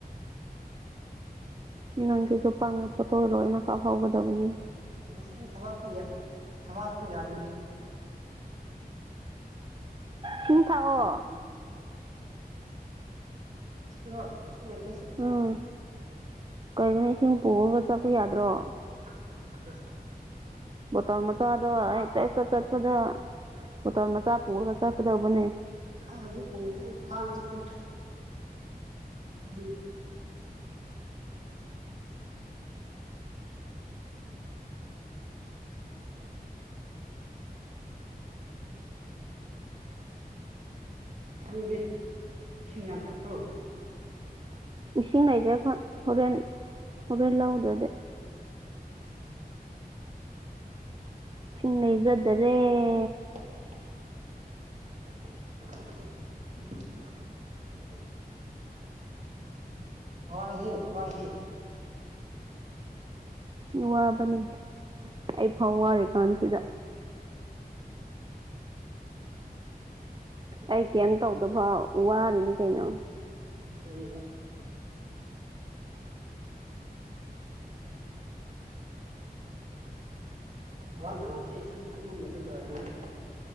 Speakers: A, on the right; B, on the right.
A: ꯅꯪ ꯁꯤꯁꯨ ꯄꯪꯉꯦ ꯐꯣꯇꯣ ꯂꯣꯏꯅ ꯀꯥꯞꯍꯧꯒꯗꯕꯅꯤ
B: ꯉꯁꯥꯏꯅ ꯊꯕꯥꯛꯁꯦ ꯌꯥ ꯊꯕꯥꯛꯁꯦ ꯌꯥꯗꯦ
A: ꯏꯁꯤꯡ ꯊꯥꯛꯑꯣ
B: <unintelligible>
A: ꯎꯝ ꯀꯩꯅꯣꯅꯦ ꯏꯁꯤꯡ ꯄꯨꯔꯒ ꯆꯠꯄ ꯌꯥꯗ꯭ꯔꯣ
B: <unintelligible>
A: ꯕꯣꯇꯜ ꯃꯆꯥꯗꯣ ꯑꯩ
B: ꯑꯥ
A: ꯆꯥꯛ ꯆꯠ ꯆꯠꯄꯗ ꯕꯣꯇꯜ ꯃꯆꯥ ꯄꯨꯔꯒ ꯆꯠꯀꯗꯧꯕꯅꯦ
B: ꯑꯩ ꯍꯧꯖꯤꯛ ꯄꯣꯁꯦ ꯑꯗꯨ ꯊꯥꯡ ꯈꯛꯇꯅꯤ ꯁꯨꯝꯃꯤ ꯅꯪꯗꯤ ꯏꯁꯤꯡ ꯌꯥꯝ ꯊꯛꯄ꯭ꯔꯣ
A: ꯏꯁꯤꯡ ꯂꯩꯗ꯭ꯔꯦ ꯍꯣꯔꯦꯟ ꯍꯣꯔꯦꯟ ꯂꯧꯗ꯭ꯔꯗꯤ
B: <inaudible>
A: ꯏꯁꯤꯡ ꯂꯩꯖꯗꯥꯔꯦ
B: <unintelligible> ꯋꯥꯍꯤ ꯋꯥꯍꯤ
A: ꯋꯥꯕꯅꯦ ꯑꯩ ꯐꯥꯎ ꯋꯥꯔꯤ ꯀꯥꯟꯁꯤꯗ
B: <unintelligible>
A: ꯑꯩ ꯀꯩꯝ ꯇꯧꯗꯕ ꯋꯥꯔꯤꯅꯤ ꯀꯩꯅꯣ
B: <unintelligible> ꯑꯩ ꯊꯕꯥꯛ ꯅꯥꯕꯁꯦ ꯏꯁꯤꯡ ꯊꯛꯃꯟꯗꯕꯒꯤ ꯑꯣꯏꯔꯝꯒꯅꯤ